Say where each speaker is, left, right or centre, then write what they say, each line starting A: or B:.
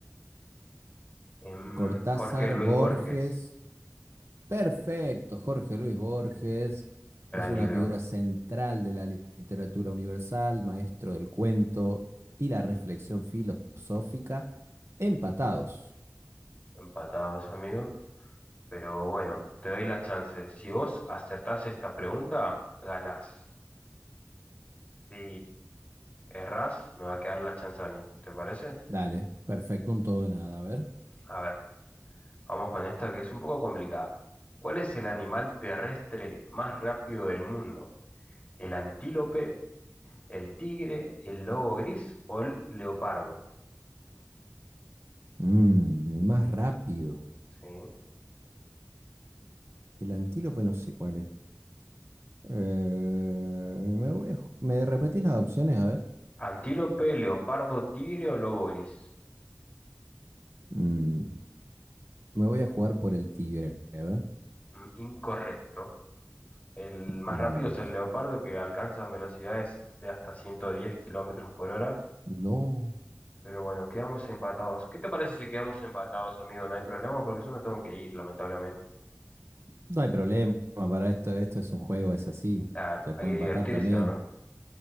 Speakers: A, on the left; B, on the right.
A: Em,
B: Cortázar,
A: Jorge Luis
B: Borges.
A: Borges,
B: Perfecto, Jorge Luis Borges
A: gran
B: es una
A: libro.
B: figura central de la literatura universal, maestro del cuento y la reflexión filosófica. Empatados.
A: Empatados, amigo. Pero bueno, te doy la chance. Si vos acertás esta pregunta, ganás. Si errás, me va a quedar la chance a mí. ¿Te parece?
B: Dale, perfecto, un todo de nada, a ver.
A: A ver. Vamos con esta que es un poco complicada. ¿Cuál es el animal terrestre más rápido del mundo? ¿El antílope, el tigre, el lobo gris o el leopardo?
B: Mm, el más rápido.
A: ¿Sí?
B: El antílope no sé cuál es. Eh, me voy a, ju- me repetís las opciones, a ver.
A: Antílope, leopardo, tigre o lobo gris.
B: Mm, me voy a jugar por el tigre, a ver.
A: Mm, Incorrecto. El más
B: Mira
A: rápido
B: vos.
A: es el leopardo que alcanza velocidades de hasta 110 kilómetros por hora.
B: No.
A: Pero bueno, quedamos empatados. ¿Qué te parece si quedamos empatados, amigo? No hay problema porque yo me tengo que ir, lamentablemente.
B: No hay problema para esto, esto es un juego, es así.
A: Claro,
B: Se puede
A: hay que divertirse,
B: empatar también,
A: ¿o no?